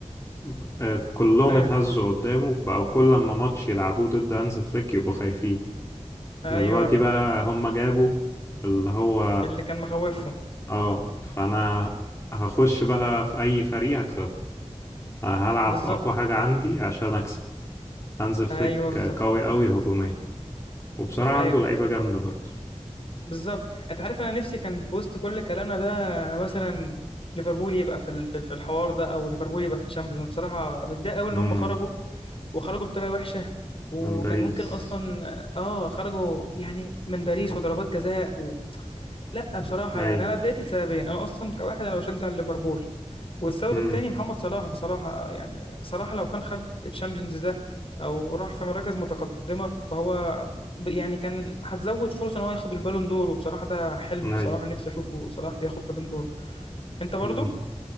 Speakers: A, on the left (about 25°); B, on the left (about 50°).
A: ب- آه، كلهم
B: أيوه
A: اتهزوا قدامه بقوا كل لما ماتش يلعبوه ضد هانز فليك يبقوا خايفين
B: أيوه
A: دلوقتي بقى هم جابوا اللي هو
B: اللي كان مخوفهم
A: اه فانا هخش بقى في اي فريق هكسبه هلعب
B: بالظبط
A: اقوى حاجة عندي عشان اكسب هانز فليك
B: أيوه بالظبط
A: قوي قوي هجوميا وبصراحة
B: أيوه
A: عنده لعيبة جامدة برضه
B: بالظبط انت عارف انا نفسي كان في وسط كل كلامنا ده مثلا ليفربول يبقى في ال- في ال- في الحوار ده او ليفربول يبقى في الشامبيونز أنا بصراحه متضايق قوي ان
A: امم
B: هم خرجوا وخرجوا بطريقه وحشه وكان
A: من باريس
B: ممكن اصلا اه خرجوا يعني من باريس وضربات جزاء و... لا بصراحه
A: اي
B: يعني انا اتضايقت لسببين انا اصلا كواحد انا بشجع ليفربول والسبب
A: امم
B: التاني محمد صلاح بصراحة يعني صلاح لو كان خد الشامبيونز ده أو راح في مراكز متقدمة فهو ب- يعني كان هتزود فرصة إن هو ياخد البالون دور وبصراحة ده حلم
A: اي
B: بصراحة نفسي أشوفه صلاح بياخد بالون دور أنت برضو؟
A: امم